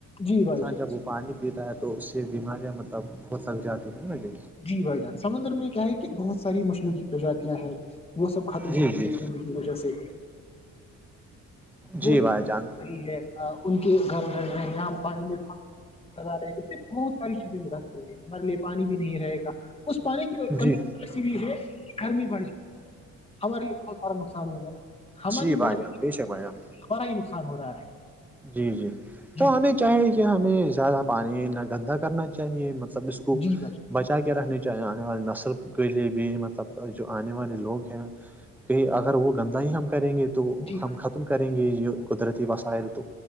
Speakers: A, on the left; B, in the centre.
A: جی بھائی
B: انسان
A: جان
B: جب پانی پیتا ہے تو اس سے بیماریاں مطلب بہت لگ جاتی ہیں بھے
A: جی بھائی جان سمندر میں کیا ہے کہ بہت ساری مشنوقی پرجاتیاں ہیں وہ سب ختم
B: جی
A: ہو رہی
B: جی
A: ہے زندگی وجہ سے
B: جی
A: وہ
B: بھائی جان
A: ہے ان کے گھروں ڈل رہے ہیں یہ ہم پانی میں رہے ہیں اس سے بہت ساری چیزیں مراث ہوی مار لیے پانی بھی نہیں رہے گا اس پانی کی کمی
B: جی
A: بھی ہے گرمی بڑھ جائے ہمارے لیے بہت سارا نقصان ہوگا ہماری
B: جی بھائی
A: مطلب
B: جان بیش ہے بھائی جان
A: ہمارا ہی نقصان ہو رہا ہے
B: جی جی تو
A: جی
B: ہمیں چاہے کہ ہمیں زیادہ پانی نہ گندا کرنا چاہیے مطلب اس کو
A: جی بھائی
B: بچا کے رکھنے چاہیے آنے والی نسل کے لیے بھی مطلب جو آنے والے لوگ ہیں کہ اگر وہ گندہ ہی ہم کریں گے تو
A: جان جی
B: ہم
A: بھائی
B: ختم کریں گے یہ قدرتی وسائل تو